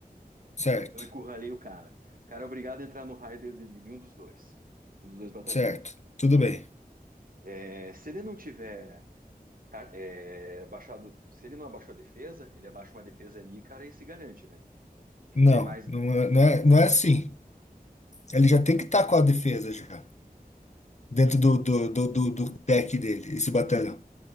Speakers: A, on the left; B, on the right.
A: Certo,
B: Eu encurralei o cara. O cara é obrigado a entrar no raio de, de- de um dos dois. Um dos dois batalhões.
A: certo. Tudo bem.
B: É, se ele não tiver ca- é, baixado. Se ele não abaixou a defesa, ele abaixa uma defesa ali, cara, e se garante, né? Não
A: Não,
B: tem mais.
A: não é, não é, não é assim. Ele já tem que estar com a defesa já, dentro do, do, do, do, do deck dele, esse batalhão.